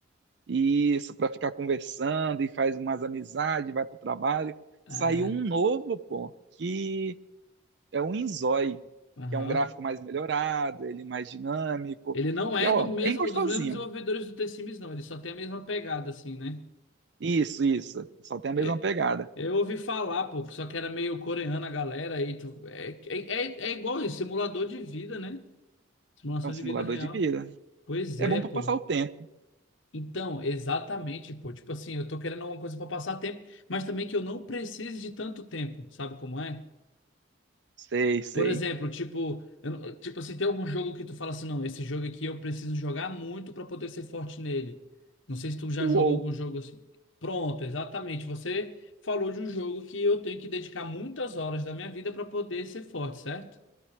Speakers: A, on the right; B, on the left.
A: Isso, para ficar conversando e faz umas amizades, vai pro trabalho.
B: Ah,
A: Saiu um novo, pô, que é um Inzói,
B: aham.
A: que é um gráfico mais melhorado, ele mais dinâmico.
B: Ele não é
A: E, ó,
B: do mesmo,
A: bem gostosinho.
B: dos mesmos desenvolvedores do T-Sims, não. Ele só tem a mesma pegada, assim, né?
A: Isso, isso. Só tem a
B: É,
A: mesma pegada.
B: Eu ouvi falar, pô, que só que era meio coreana a galera, aí tu. É, é, é é igual isso, simulador de vida, né? Simulação
A: É um
B: de
A: simulador
B: vida real.
A: de vida.
B: Pois
A: É
B: é,
A: bom para
B: pô.
A: passar o tempo.
B: Então, exatamente, pô. Tipo assim, eu tô querendo alguma coisa pra passar tempo, mas também que eu não precise de tanto tempo, sabe como é?
A: Sei, sei.
B: Por exemplo, tipo, eu não- tipo assim, tem algum jogo que tu fala assim, não, esse jogo aqui eu preciso jogar muito pra poder ser forte nele. Não sei se tu já
A: Uou,
B: jogou algum jogo assim. Pronto, exatamente. Você falou de um jogo que eu tenho que dedicar muitas horas da minha vida pra poder ser forte, certo?